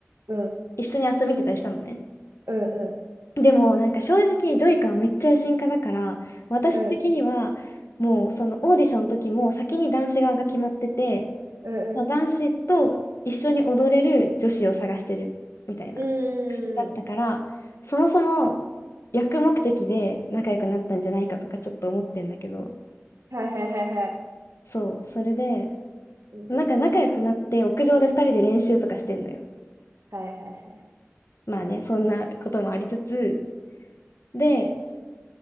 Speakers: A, on the right; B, on the left.
A: うん、
B: 一緒に遊びに行ってたりしたのね。
A: うん、うん、
B: でもなんか正直ジョイカはめっちゃ野心家だから、私的にはもうそのオーディションの時も先に男子側が決まってて、
A: うん、うん、
B: まあ男子と一緒に踊れる女子を探してるみたいな感
A: うん、う
B: じだったから、
A: ーん、
B: そもそも役目的で仲良くなったんじゃないかとかちょっと思ってんだけど、
A: はいはいはいはい、
B: そう、それで、
A: うん、
B: なんか仲良くなって屋上で二人で練習とかしてんのよ。
A: はいはいはい、
B: まあね、そんなこともありつつ、で、